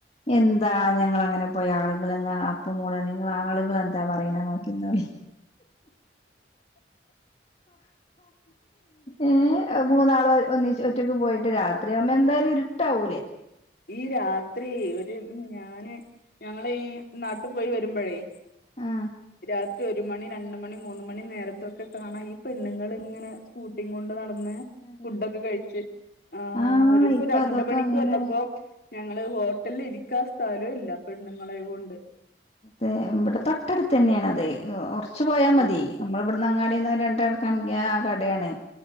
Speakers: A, on the left; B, on the left.
A: എന്താ ഞങ്ങളങ്ങനെ പോയി ആളുകൾ ങ്ങ അപ്പ മൂളാൻ നിങ്ങ ആളുകളെന്താ പറയണ നോക്കിന്നോളി ഏ മൂന്നാള് ഒന്നിച്ച് ഒറ്റക്ക് പോയിട്ട് രാത്രി ആവുമ്പം എന്തായാലും ഇരുട്ടാവൂലേ
B: ഈ രാത്രി ഒരു ഞാന് ഞങ്ങളീ നാട്ടിപോയി വരുമ്പോഴേ
A: ആ
B: രാത് റി ഒരു മണി രണ്ട് മണി മൂന്ന് മണി നേരത്തൊക്കെ കാണാം ഈ പെണ്ണുങ്ങളിങ്ങനെ സ്കൂട്ടിയും കൊണ്ട് നടന്ന്
A: അതെ
B: ഫുഡൊക്കെ കഴിച്ച് ആ
A: ആഹ്
B: ഒരൂസം
A: ഇപ്പൊ
B: രണ്ട്
A: അതൊക്കെ
B: മണിക്ക്
A: അങ്ങനെ
B: വന്നപ്പോ ഞങ്ങള് ഹോട്ടലിരിക്കാ സ്ഥലൊ ഇല്ല പെണ്ണുങ്ങളെ കൊണ്ട്
A: അതെ ഇവിടെ തൊട്ടടുത്ത് തന്നെയാണ് അത് കൊറച്ച് പോയാ
B: ആ
A: മതി നമ്മള ഇവിടന്ന് അങ്ങാട്ട്ചെന്ന് <unintelligible> കടയാണ്